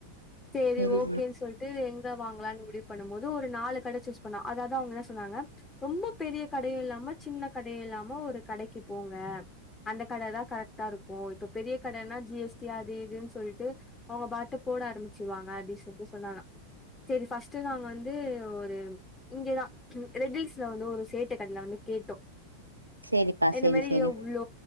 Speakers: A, on the left (about 15°); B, on the right (about 80°).
A: சரி
B: சேரி
A: ஓகேன்னு சொல்லிட்டு எங்க வாங்கலான்னு முடி பண்ணும் போது ஒரு நாலு கட சூஸ் பண்னோ அதாது அவங்க என்ன சொன்னாங்க ரொம்ப பெரிய கடை இல்லாம சின்ன கடை இல்லாம ஒரு கடைக்கு போங்க அந்த கடதான் கரெக்டா இருக்கும் இப்ப பெரிய கடனா ஜிஎஸ்டி அது இதுன்னு சொல்லிட்டு அவங்க பாட்டு போட ஆரம்பிச்சிரு வாங்க அப்படின்னு சொல்லிட்டு சொன்னாங்க சரி ஃபஸ்டு நாங்க வந் து ஒரு இங்கதாரெட்டிஸ்ல வந்து ஒரு சேட்டு டர்லானு கேட்டோ
B: சேரிப்பா
A: என்ன
B: சேரி
A: மாரி
B: சேரி
A: எவ்ளோ